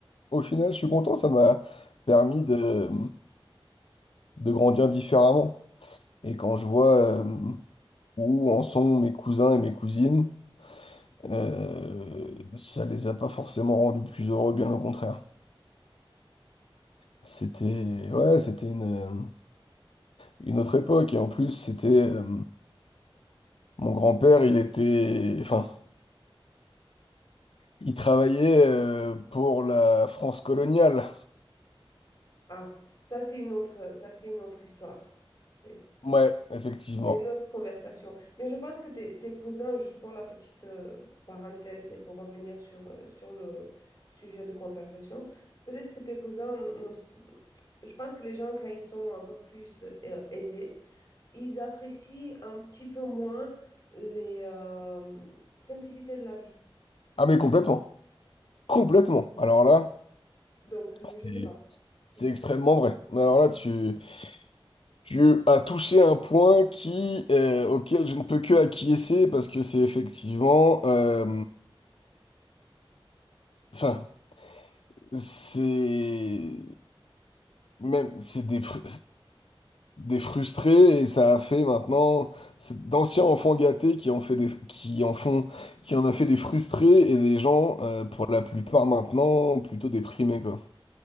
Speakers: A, on the left; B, on the left.
A: Au final, je suis content, ça m'a permis de, de grandir différemment. Et quand je vois euh, où en sont mes cousins et mes cousines, euh, ça les a pas forcément rendus plus heureux, bien au contraire. C'était... Ouais, c'était une... euh, une autre époque. Et en plus, c'était euh, mon grand-père, il était, enfin, il travaillait euh, pour la France coloniale.
B: Ah, ça c'est une autre, ça c'est une autre histoire. C'est
A: Ouais, effectivement.
B: une autre conversation. Mais je pense que tes, tes cousins, juste pour la petite euh, parenthèse et pour revenir sur, euh, sur le sujet de conversation, peut-être que tes cousins, n- ne s- je pense que les gens, quand ils sont un peu plus euh, aisés, ils apprécient un petit peu moins les euh, simplicités de la vie.
A: Ah mais complètement, complètement. Alors là,
B: Donc, euh,
A: c'est
B: je ne sais pas. Mais
A: c'est extrêmement vrai. Alors là, tu, tu as touché un point qui, euh, auquel je ne peux que acquiescer parce que c'est effectivement, euh, enfin, c'est même, c'est des, fr- des frustrés et ça a fait maintenant c'est d'anciens enfants gâtés qui en fait des qui en font qui en a fait des frustrés et des gens euh, pour la plupart maintenant plutôt déprimés quoi